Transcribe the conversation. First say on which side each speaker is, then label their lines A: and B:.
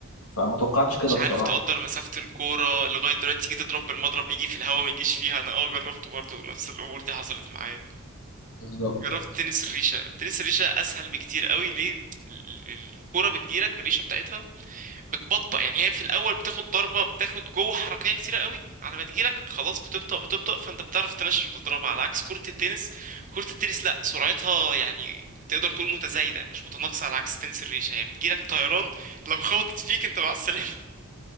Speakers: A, on the left (about 80°); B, on the right (about 40°).
A: فما توقعتش كده
B: مش
A: بصراحه
B: عارف تقدر مسافة الكورة لغاية دلوقتي تيجي تضرب بالمضرب يجي في الهوا ما يجيش فيها انا اه جربت برضه نفس الامور دي حصلت معايا
A: بالظبط
B: جربت تنس الريشة تنس الريشة اسهل بكتير قوي ليه ال- ال- الكورة بتجيلك بالريشة بتاعتها بتبطأ يعني هي في الاول بتاخد ضربه بتاخد جوه حركيه كتيره قوي على ما تجيلك خلاص بتبطأ بتبطأ فانت بتعرف تنشر وتضربها على عكس كره التنس كره التنس لا سرعتها يعني تقدر تقول متزايده مش متناقصه على عكس تنس الريشه هي بتجيلك طيران لو خبطت فيك انت مع السلامه <laughs>